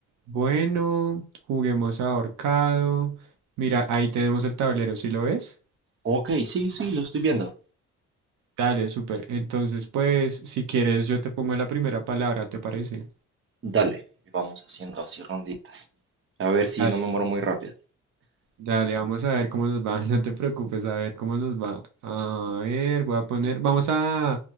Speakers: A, on the right; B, on the right.
A: Bueno, juguemos ahorcado. Mira, ahí tenemos el tablero, ¿sí lo ves?
B: Ok, sí, sí, lo estoy viendo.
A: Dale, súper. Entonces, pues, si quieres, yo te pongo la primera palabra, ¿te parece?
B: Dale, y vamos haciendo así ronditas. A ver si
A: Dale.
B: no me muero muy rápido.
A: Dale, vamos a ver cómo nos va. <laughs> No te preocupes, a ver cómo nos va. A ver, voy a poner, vamos a,